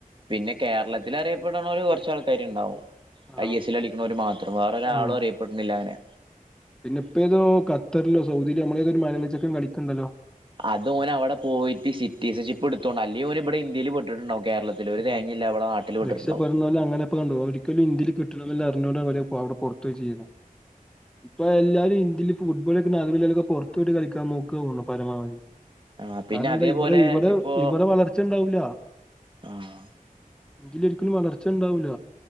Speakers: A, on the right (about 35°); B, in the centre.
A: പിന്നെ കേരളത്തിൽ അറിയപ്പെടണര് കുറച്ച ആൾക്കാര് ഉണ്ടാവും.
B: ആ
A: ഐ എസ്സിൽ അടിക്കുന്നവര് മാത്രം വേറെ ഒരാളും
B: ആ
A: അറിയപ്പെടുണില്ല അങ്ങനെ.
B: പിന്നെ ഇപ്പോതോ ഖത്തറിലോ സൗദിയിലെ നമ്മളെതൊരു മലയാളിച്ചൊക്കെൻ കളിക്കണ്ടല്ലോ?
A: അത് ഓൻ അവിടെ പോയിട്ട് സിറ്റീസൺഷിപ്പെടുത്തോണ്ട അല്ലെ ഓൻ ഇവിടെ ഇന്ത്യയില് പെട്ടിട്ടുണ്ടാവും. കേരളത്തിൽ ഒരു
B: മ്
A: തേങ്ങയില്ല ഇവിടെ നാട്ടിൽ പെട്ടിട്ടുണ്ടാവും
B: രക്ഷപ്പെടുന്നല് അങ്ങനെപ്പ കണ്ടുവോ ഒരിക്കലും ഇന്ത്യയില് കിട്ട അറിഞ്ഞൂടെ ഇപ്പ അവിടെ പുറത്തുവെച്ചിരിക്കുന്ന ഇപ്പ എല്ലാരും ഇ ഇന്ത്യയിൽ ഫുട്ബോൾ കളിക്കുന്ന ആളുകളൊക്കെ പുറത്തു പോയിട്ട് കളിക്കാൻ നോക്കുയുള്ളൂ. പരമാവധി
A: ആഹ് പിന്നെ
B: കാരണം എന്താ
A: അതേപോലെ
B: ഇവിടെ ഇവിടെ
A: ഇപ്പോ
B: ഇവിടെ വളർച്ച ഉണ്ടാവൂല.
A: ആഹ്
B: എങ്കില് ഒരിക്കലും വളർച്ച ഉണ്ടാവൂല